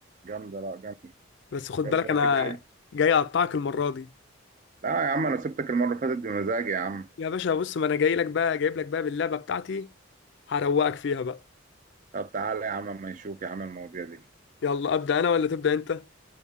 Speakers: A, on the right (about 40°); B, on the left (about 60°).
A: جامدة لا جامدة
B: بس خد
A: جامدة
B: بالك أنا
A: كده ايه
B: جاي أقطعك المرة دي
A: لا يا عم انا سبتك المرة اللي فاتت بمزاجي يا عم
B: يا باشا بص ما أنا جاي لك بقى جايب لك بقى باللعبة بتاعتي هروقك فيها بقى
A: طب تعالى يا عم اما نشوف يا عم المواضيع دي
B: يلا أبدأ أنا ولا تبدأ أنت